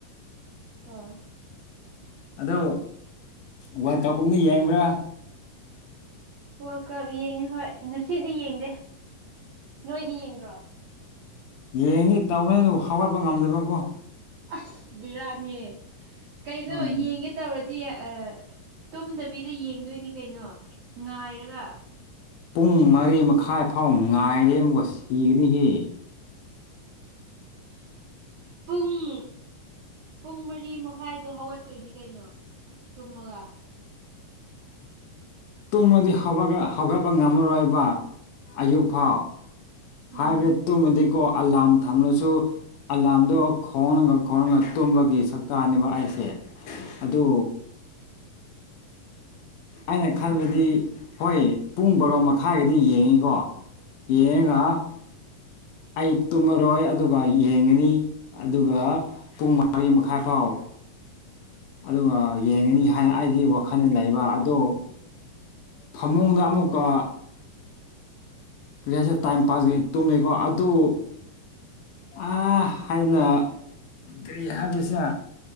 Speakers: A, on the right; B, on the left.
A: ꯑꯣ
B: ꯑꯗꯣ ꯋꯥꯔꯜ ꯀꯞ ꯀꯨꯝꯗꯤ ꯌꯦꯡꯕ꯭ꯔꯥ
A: ꯋꯥꯔꯜ ꯀꯞ ꯌꯦꯡꯉꯦ ꯍꯣꯏ ꯉꯁꯤꯗꯤ ꯌꯦꯡꯗꯦ ꯅꯣꯏꯗꯤ ꯌꯦꯡꯗ꯭ꯔꯣ
B: ꯌꯦꯡꯒꯤ ꯇꯧꯕꯅꯦ ꯑꯗꯨꯕꯨ ꯍꯧꯒꯠꯄ ꯉꯝꯗꯕꯀꯣ
A: ꯑꯁ ꯕꯤꯔꯥꯅꯤꯍꯦ ꯀꯩꯅꯣ
B: ꯍꯣꯏ
A: ꯌꯦꯡꯒꯦ ꯇꯧꯔꯗꯤ ꯑꯥ ꯇꯨꯝꯗꯕꯤꯗ ꯌꯦꯡꯗꯣꯏꯅꯤ ꯀꯩꯅꯣ ꯉꯥꯏꯔꯒ
B: ꯄꯨꯡ ꯃꯔꯤ ꯃꯈꯥꯏ ꯐꯥꯎ ꯉꯥꯏꯔꯤ ꯑꯃꯨꯛꯀꯥ ꯁꯤꯒꯅꯤꯍꯦ <inaudible>
A: ꯄꯨꯡ ꯄꯨꯡ ꯃꯔꯤ ꯃꯈꯥꯏꯗꯣ ꯍꯧꯒꯠꯇꯣꯏꯅꯤ ꯀꯩꯅꯣ ꯇꯨꯝꯃꯒ
B: ꯇꯨꯡꯃꯗꯤ ꯍꯧꯒꯠꯀ ꯍꯧꯒꯠꯄ ꯉꯝꯃꯔꯣꯏꯕ ꯑꯌꯨꯛ ꯐꯥꯎ
A: ꯎꯝ
B: ꯍꯥꯏꯕ ꯇꯨꯝꯃꯗꯤꯀꯣ ꯑꯂꯥꯝ ꯊꯝꯂꯁꯨ ꯑꯂꯥꯝꯗꯣ ꯈꯣꯡꯂꯒ ꯈꯣꯡꯂꯒ ꯇꯨꯝꯕꯒꯤ ꯁꯛꯇꯥꯅꯦꯕ ꯑꯩꯁꯦ ꯑꯗꯨ ꯑꯩꯅ ꯈꯟꯕꯗꯤ ꯍꯣꯏ ꯄꯨꯡ ꯕꯥꯔꯣ ꯃꯈꯥꯏꯒꯤꯗꯤ ꯌꯦꯡꯉꯤꯀꯣ ꯌꯦꯡꯉꯒ
A: ꯑꯥ
B: ꯑꯩ ꯇꯨꯝꯃꯔꯣꯏ ꯑꯗꯨꯒ ꯌꯦꯡꯉꯅꯤ ꯑꯗꯨꯒ ꯄꯨꯡ ꯃꯔꯤ ꯃꯈꯥꯏ ꯐꯥꯎ ꯑꯗꯨꯒ ꯌꯦꯡꯉꯅꯤ ꯍꯥꯏꯅ ꯑꯩꯗꯤ ꯋꯥꯈꯜꯗ ꯂꯩꯕ ꯑꯗꯣ ꯐꯃꯨꯡꯗ ꯑꯃꯨꯛꯀ ꯀ꯭ꯔꯤꯁꯤꯔ ꯇꯥꯏꯝ ꯄꯥꯁꯀꯤ ꯇꯨꯝꯃꯦꯀꯣ ꯑꯗꯨ ꯑꯥ ꯍꯥꯏꯅ ꯀ꯭ꯔꯤ ꯍꯥꯏꯕꯁꯦ